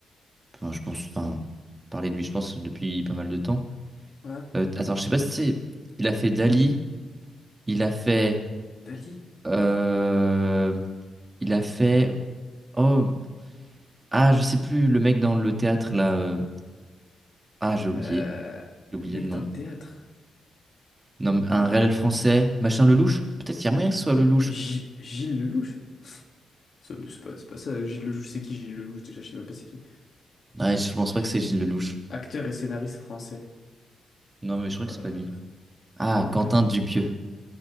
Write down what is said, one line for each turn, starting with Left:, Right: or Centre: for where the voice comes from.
Right: Enfin, je pense, enfin, parler de lui, je pense, depuis pas mal de temps.
Left: hein. Hein
Right: Euh, attends, je sais pas si c'est. Il a fait Dali, il a fait.
Left: Dali.
Right: euh, il a fait. Oh, ah, je sais plus, le mec dans le théâtre là. euh, Ah, j'ai oublié.
Left: Euh,
Right: J'ai oublié
Left: le mec
Right: le nom.
Left: dans le théâtre.
Right: Non, mais un
Left: Le-
Right: réel
Left: euh,
Right: français, machin Lelouch? Peut-être qu'il y a moyen que ce soit Lelouch.
Left: Gi- Gilles Lelouch. C'est c'est pas, c'est pas ça, Gilles Lelouch. C'est qui Gilles Lelouch déjà? Je sais même pas c'est qui.
Right: Ouais, je pense pas
Left: Gi-
Right: que c'est Gilles Lelouch.
Left: Acteur et scénariste français.
Right: Non, mais je crois que
Left: Euh,
Right: c'est pas lui. Ah,
Left: des
Right: Quentin
Left: peu...
Right: Dupieux.